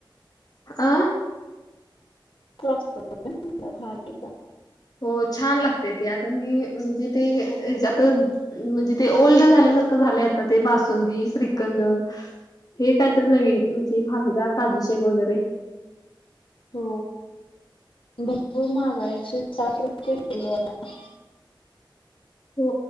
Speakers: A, on the left; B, on the left.
A: अ
B: क्लास हा ठी आहे
A: हो छान लागते ते आता म म्हणजे ते आता म्हणजे ते ओल्ड झाल्यासारखं झाले आता ते बसुंदी श्रीखंड हे कायतरी नवीन म्हणजे फालुदा काजूशेक वगैरे
B: हो भरपूर महागा एकशे साठ रुपये किलो आहे
A: हो